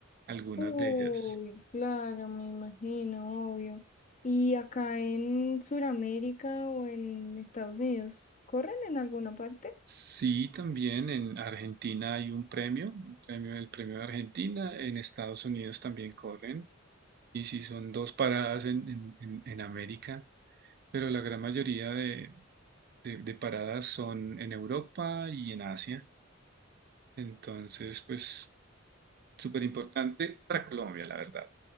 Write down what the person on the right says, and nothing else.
algunas
de ellas.
Sí, también en Argentina hay un premio, un premio el premio de Argentina. En Estados Unidos también corren. Y sí, son dos paradas en, en en- en América, pero la gran mayoría de, de, de paradas son en Europa y en Asia. Entonces, pues súper importante para Colombia, la verdad.